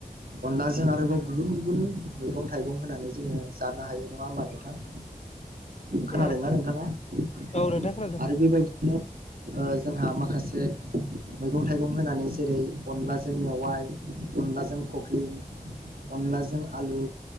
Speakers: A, on the right; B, on the left.
A: अनलाजों आरोबाव गुबुन गुबुन मैगं थाइगं होनानै जोंङो जानो हायो नङा होमब नोंथां। ओ खोनादोंना
B: उम
A: नोंथाङा?
B: औ
A: ओ
B: नोंथां खोनादों
A: आरो बेबायदिनो जोंहा माखासे मैगं थाइगं होनानै जेरै अनलाजों मेवाइ अनलाजों खख्लिं अनलाजों आलु